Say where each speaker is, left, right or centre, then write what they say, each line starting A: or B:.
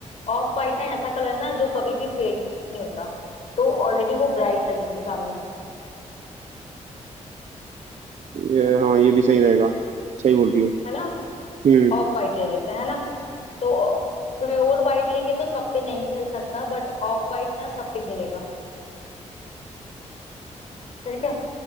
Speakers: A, on the left; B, on the right.
A: ऑफ वाइट ना ऐसा कलर ना जो कभी भी फेड नहीं होता तो ऑलरेडी वो ब्राइट लगेंगी सामने
B: ये हाँ ये भी सही रहेगा सही बोल रही हो
A: है ना
B: हम्म
A: ऑफ वाइट ले लेते हैं है ना तो प्योर वाइट लेंगे तो सब पे नहीं खेल सकता बट ऑफ वाइट ना सब पे खेलेगा ठीक है